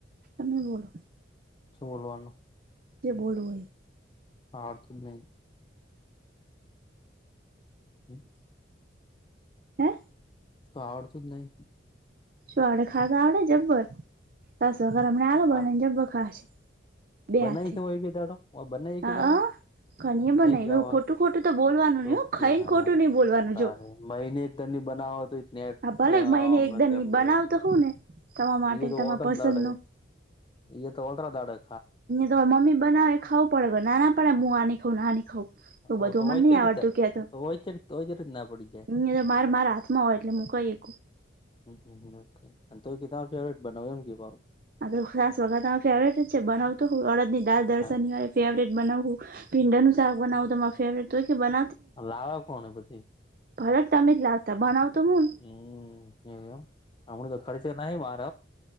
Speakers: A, on the right (about 50°); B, on the left (about 25°).
A: તમે બોલો.
B: બોલવાનું.
A: તે બો હો.
B: હા અર્થું જ નહી. હમ
A: હે
B: તો આવવડતો જ નહી.
A: શું આપડે ખાતા આવડે જબ્બર તાસ વગર હમને આલો
B: હા
A: બનેને જબ્બર ખાશે. બે
B: બનાવી
A: હાથે
B: છેય કે દાડો બનાય કે
A: અ
B: દાડો.
A: ઘણીએ પણ
B: પહી કેવાનું
A: નહી ખોટું ખોટું તો બોલવાનું
B: ચોક
A: નહ હો
B: કે
A: ખાઈ ને
B: આયા
A: ખોટું નઈ બોલવાનું
B: તારે
A: જો.
B: મહિને એક તની બનાવ હતો. નેમ
A: હા ભલે મહિને એકદમ ની બનાવતો હું ને તમારા માટે
B: તો
A: તમારા
B: હો દાડ
A: પસંદનું
B: એગ તોલદ્ર દાડ.
A: તોરે મમ બનાવે ખાવ પડે ના પડે હું આની ખઉં નાની ખાઉ. તો બધું
B: ઓ હોયચે
A: અમને નહ આવડતું
B: રીતે
A: કેતો
B: તો હોયચે હોયચે રીત ના પડી જાય
A: અ તો માર મારા. હમાં હોય એટલે મ કઈ.
B: હ હમ ઓકે તો એ કેના ફેવરેટ બનાવમ કે ભુ.
A: હા તો ખાસ વખત ફેવરેટ જ છે બનાવ તોું હ અડદ ની દાલ દર્શનની
B: હા
A: વા ફેવરેટ બનાવું. ભીંડાનું શાક બનાવું તમારે ફેવરેટ હોય કે બવ.
B: લાાવ કોણ પછી
A: ફરક તમેજ લાગતા બનાવતો હું.
B: હમ એ હમણા તો ખાડી છે ના બાર.